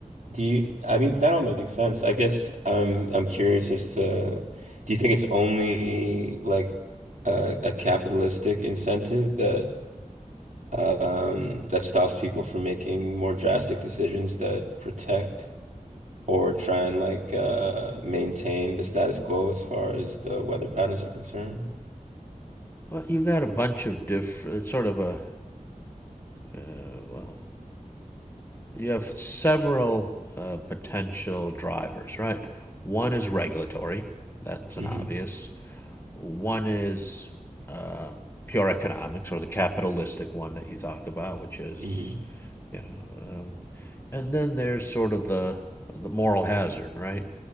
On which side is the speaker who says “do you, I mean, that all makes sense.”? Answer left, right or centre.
Right